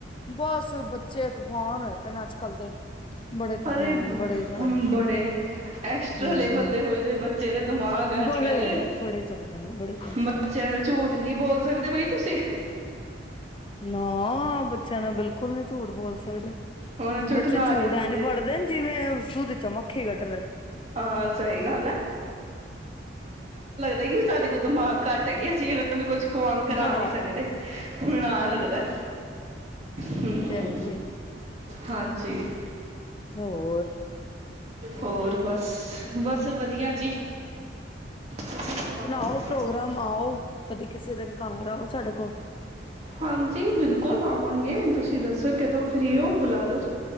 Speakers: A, on the left (about 25°); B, on the right (about 35°).
A: ਬਸ ਬੱਚੇ ਤੂਫਾਨ ਹੋਏ ਪਏ, ਨਾ ਅੱਜ ਕਲ ਦੇ ਬੜੇ ਤੂਫਾਨ
B: ਅਰੇ ਬ-
A: ਬੜੇ ਜ਼ਿਆਦਾ
B: ਬੜੇ ਐਕਸਟਰਾ
A: ਹੂੰ-ਹੂੰ
B: ਲੈਵਲ ਦੇ ਹੋਏ ਦੇ ਬੱਚੇ ਦੇ ਦਿਮਾਗ ਅੱਜ
A: ਬੜੇ
B: ਕੱਲ
A: ਬੜੇ ਜ਼ਿਆਦਾ ਬੜੇ ਜ਼ਿਆਦਾ।
B: ਬੱਚਿਆਂ ਨਾਲ ਝੂਠ ਨਹੀਂ ਬੋਲ ਸਕਦੇ ਬਈ, ਤੁਸੀਂ,
A: ਨਾ ਬੱਚਿਆਂ ਨਾਲ ਬਿਲਕੁਲ ਨਹੀ ਝੂਠ ਬੋਲ ਸਕਦੇ
B: ਉਹਨਾਂ ਨੂੰ ਝੂਠਲਾ
A: ਬੱਚੇ ਝੂਠ
B: ਨਹੀਂ ਸਕਦੇ
A: ਐਂਜ ਫੜਦੇ ਜਿਵੇਂ ਦੂੱਧ ਚ ਮੱਖੀ ਕੱਢ ਰਹੇ ਨੇ
B: ਹਾਂ ਸਹੀ ਗੱਲ ਹੈ ਵੀ ਸਾਡੇ ਕੋਲ ਦਿਮਾਗ ਘੱਟ ਹੈਗੇ ਅਸੀਂ ਇਹਨਾਂ ਨੂੰ ਕੁਛ ਕੋਲ ਕਰਾ
A: ਹਾਂ
B: ਨਹੀਂ ਸਕਦੇ ਨਾਲ
A: ਉਹੀ
B: ਲੱਗਦਾ
A: ਤੇ
B: ਹੂ
A: ਹੈ ਹੀ ਹੈ
B: ਹਾਂਜੀ
A: ਹੋਰ
B: ਹੋਰ ਬਸ ਬਸ ਵਧੀਆ ਜੀ ਤੁਸੀ ਸੁਣਾਓ
A: ਬਣਾਓ
B: ਮੈ
A: ਪ੍ਰੋਗਰਾਮ
B: ਕਿਹਾ
A: ਆਓ ਕਦੇ ਕਿਸੇ ਦਿਨ ਘਰ ਆਓ ਸਾਡੇ ਕੋਲ
B: ਹਾਂਜੀ ਬਿਲਕੁਲ ਆਵਾਂਗੇ ਤੁਸੀਂ ਦੱਸੋ ਕਦੋਂ ਫਰੀ ਹੋ ਬੁਲਾ ਲੋ